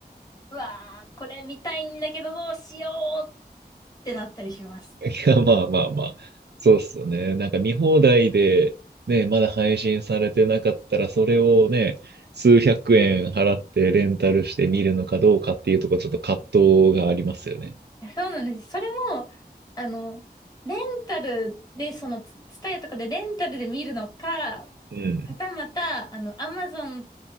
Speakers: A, on the left (about 25°); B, on the right (about 80°).
A: うわー、これ見たいんだけどどうしようってなったりします。
B: いや、まあまあまあ。そうっすよね。なんか見放題で、ね、まだ配信されてなかったら、それをね、数百円払ってレンタルして見るのかどうかっていうところ、ちょっと葛藤がありますよね。
A: そうなんです。それも、あの、レンタルで、その、ツツタヤとかでレンタルで見るのか、
B: うん。
A: はたまた、あの、アマゾン